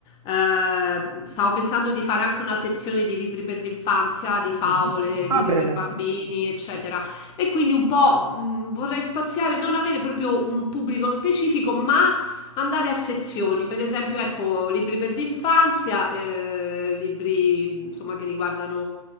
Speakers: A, on the left (about 25°); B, on the right (about 75°).
A: eh, stavo pensando di fare anche una sezione di libri per l'infanzia, di favole,
B: Mhm.
A: libri
B: Va bene,
A: per bambini, eccetera. E quindi un po' mh, vorrei spaziare, non avere proprio un pubblico specifico, ma andare a sezioni, per esempio, ecco, libri per l'infanzia, eh, libri insomma che riguardano